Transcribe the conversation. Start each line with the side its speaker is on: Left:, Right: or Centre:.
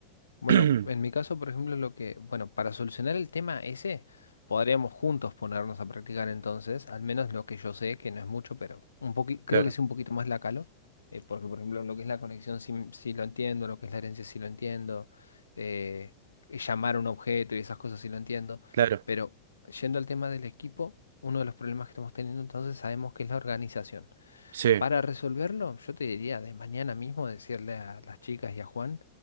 Left: Bueno,
Right: <clears throat>
Left: en mi caso, por ejemplo, lo que, bueno, para solucionar el tema ese, podríamos juntos ponernos a practicar entonces, al menos lo que yo sé, que no es mucho, pero un poqui- creo
Right: Claro,
Left: que sí un poquito más la calo, eh, porque por ejemplo lo que es la conexión sí, m- sí lo entiendo, lo que es la herencia sí lo entiendo, eh, y llamar a un objeto y esas cosas sí lo entiendo,
Right: claro,
Left: pero yendo al tema del equipo, uno de los problemas que estamos teniendo entonces sabemos que es la organización.
Right: sí,
Left: Para resolverlo, yo te diría de mañana mismo decirle a las chicas y a Juan,